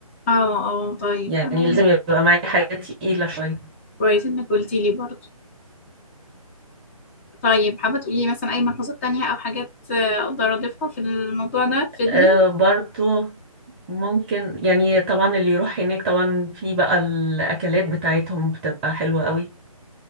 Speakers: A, on the left; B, on the right.
A: اه اه طيب
B: يعني
A: تمام
B: لازم يبقى معايا حاجة تقيلة شوية
A: كويس انك قلتي لي برضو طيب حابه تقولي لي مثلا اي ملحوظات تانية او حاجات آه، اقدر اضيفها في الموضوع ده تفيدني
B: آه، برضو ممكن يعني طبعا اللي يروح هناك طبعا في بقى الأكلات بتاعتهم بتبقى حلوة قوي